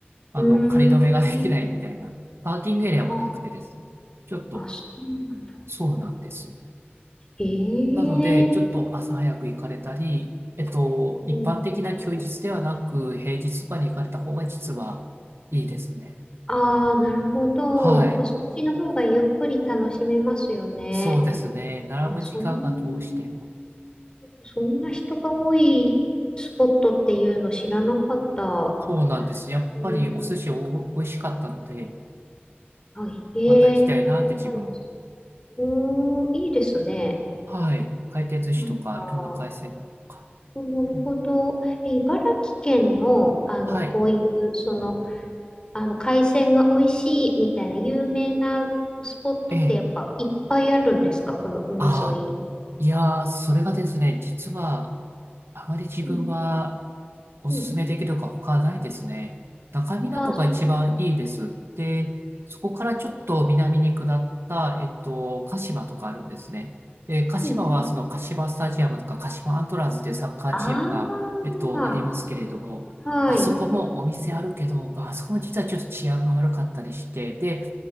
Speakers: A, on the right; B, on the left.
A: あの、
B: うーん。
A: 仮止めができないみたいな。パーキングエリアもなくてですね。
B: あ、
A: ちょっと、
B: あ、そうなんだ。
A: そうなんです。
B: ええ
A: なので、ちょっと朝早く行かれたり、えっと、
B: うん
A: 一般的な休日ではなく、平日とかに行かれた方が実はいいですね。
B: ああ、なるほど。
A: はい。
B: まあ、そっちの方がゆっくり楽しめますよね。
A: そうですね。並ぶ時間がどうしても。
B: あ、そん、そんな人が多いスポットっていうの知らなかった。
A: そうなんです。やっぱりお寿司お美味しかったので、
B: うん、あ、ええ食べたいです。
A: また行きたいなって自分も。
B: うーん、いいですね。
A: はい。回転寿司とか、
B: なんか、
A: いろんな海鮮のとか。
B: なるほど。
A: ね
B: え茨城県の、あの、
A: はい。
B: こういう、その、あの、海鮮が美味しいみたいな有名なスポットってやっぱいっぱいあるんですかこの海沿い。
A: ええ。ああ、いやー、それがですね、実は、あまり自分は
B: うん、
A: おすすめできるか他ないですね。
B: うん。
A: 中港が一番いいです。
B: あ、そう。
A: で、そこからちょっと南に下った、えっと、鹿島とかあるんですね。で、鹿島はその鹿島スタジアムとか鹿島アントラーズでサッカーチームが、
B: うん、うん。あ
A: えっと、
B: あ、
A: ありますけれども、
B: はい。
A: あそこもお店あるけど、まあ、あそこも実はちょっと治安が悪かったりして、で、